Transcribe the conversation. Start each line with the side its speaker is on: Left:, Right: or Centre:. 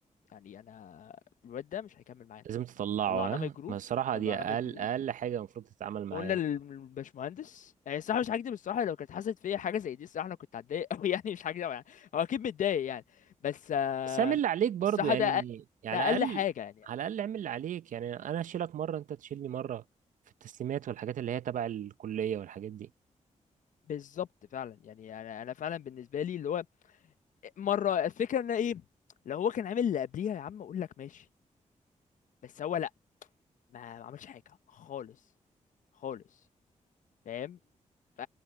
Left: يعني انا الواد ده مش هيكمل معانا
Right: لازم تطلعه
Left: طلعناه
Right: ها
Left: من الجروب
Right: ما الصراحة
Left: طلعناه
Right: دي أقل
Left: من الجروب
Right: أقل حاجة المفروض تتعامل معاه
Left: قلنا
Right: يعني.
Left: للباشمهندس يعني الصراحه مش هكدب الصراحه لو كانت حصلت فيا حاجه زي دي الصراحه انا كنت هتضايق قوي <laughs> يعني مش هكدب يعني هو اكيد متضايق يعني بس آه،
Right: بس اعمل اللي عليك برضو
Left: الصراحه
Right: يعني
Left: ده أ-
Right: يعني
Left: ده
Right: على
Left: اقل
Right: الأقل
Left: حاجه يعني
Right: على الأقل اعمل اللي عليك يعني أنا أشيلك مرة أنت تشيلني مرة في التسليمات والحاجات اللي هي تبع الكلية والحاجات دي
Left: بالظبط فعلا يعني انا انا فعلا بالنسبه لي اللي هو مره الفكره ان ايه لو هو كان عامل اللي قبليها يا عم اقول لك ماشي بس هو لا ما ما عملش حاجه خالص خالص فاهم ف...